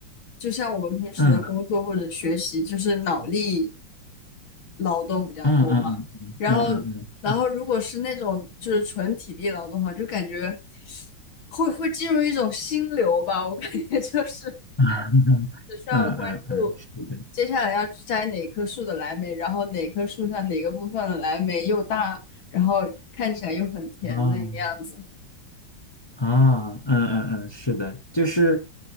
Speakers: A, on the left; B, on the left.
A: 就像我们平时的工作或者学习，
B: 嗯
A: 就是脑力劳动比较多嘛。
B: 嗯嗯嗯嗯嗯嗯嗯。
A: 然后，然后如果是那种就是纯体力劳动的话，
B: 嗯
A: 就感觉会会进入一种心流吧。我感觉就是
B: <laughs> 嗯嗯嗯，
A: 只需要关注
B: 是的，
A: 接下来要去摘哪棵树的蓝莓，然后哪棵树上哪个部分的蓝莓又大，然后看起来又很甜那个样子。
B: 哦，啊，嗯嗯嗯，是的，就是，